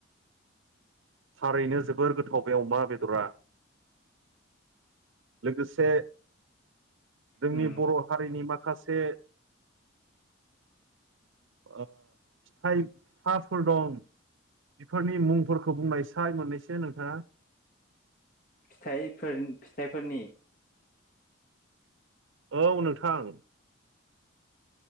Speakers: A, on the right (about 70°); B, on the left (about 40°).
A: थारैनो जोबोर गोथाव बे अमा बेदरा। लोगोसे जोंनि
B: उम
A: बर' हारिनि माखासे ओ फिथाइ - फिथाफोर दं बेफोरनि मुंफोरखौ बुंनायसाय मोननैसो नोंथांङा
B: फिथाइफोर - फिथाइफोरनि
A: औ नोंथां